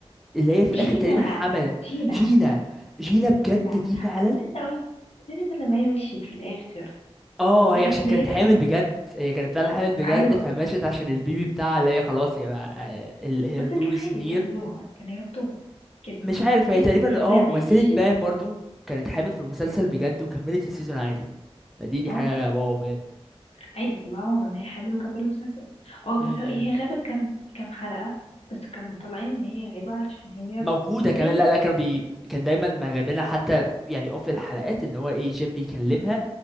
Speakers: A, in the centre; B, on the left.
A: اللي هي في
B: جينا
A: الآخر تقريبا حملة
B: جينا
A: جينا جينا بجد
B: لا
A: دي فعلا
B: انت قوي عرفت لما هي مشيت في الاخر
A: اه
B: بجد
A: هي عشان
B: اتضايقت
A: كانت حامل
B: قوي
A: بجد هي كانت فعلا حامل بجد
B: ايوه
A: فمشت عشان البيبي بتاعها اللي هي خلاص يا بقى الهردوز
B: بس كان عادي
A: نير
B: يكملوها كان يحطوها كده
A: مش عارف هي
B: تحس
A: تقريبا اه
B: لما
A: ممثلة
B: هي مشيت
A: بام برضو كانت حامل في المسلسل بجد وكملت السيزون عادي فدي دي
B: اه
A: حاجة واو بجد
B: عادي طلعوها من هي حامل وكملوا مسلسل اه
A: امم
B: بس هو- هي غابت كام كام حلقة بس كانوا مطلعين ان هي غايبة عشان هي
A: موجوده
B: بيبي
A: كمان لا لا كانوا بي كان دايما ما جايبينها حتى يعني اوف الحلقات ان هو ايه جيم بيكلمها